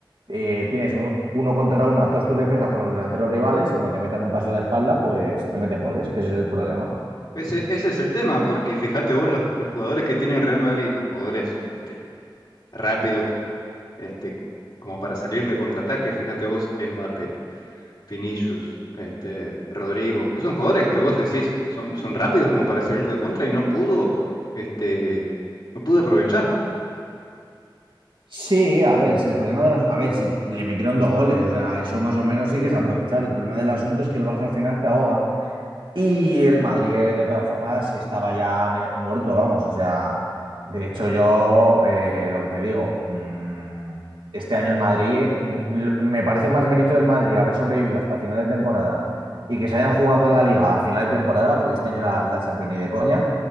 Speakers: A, on the right; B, on the left.
A: eh, tienes un, uno contra uno a todos tus defensas con los delanteros rivales y como te metan un pase a la espalda, pues te meten goles, que ese es el problema.
B: Ese, ese es el tema, porque fíjate vos los, los jugadores que tiene el Real Madrid, jugadores este, rápidos, este, como para salir de contraataque, fíjate vos, Mbappé. Vinicius, este, Rodrigo, que son jugadores que vos decís, son, son rápidos como para salir de contra y no pudo, este, no pudo aprovechar.
A: Sí, a ver, si el problema de los... A ver, si le metieron dos goles, o sea, eso más o menos sí que es aprovechar. El problema del asunto es que el Barça al final te ahoga Y el Madrid, eh, de todas formas, estaba ya me- muerto, vamos. O sea, de hecho, yo eh, lo que te digo, mm, este año el Madrid, eh, mm, lo- me parece más mérito del Madrid haber sobrevivido hasta final de temporada y que se hayan jugado la Liga a final de temporada, porque este año la, la Champions ni de coña,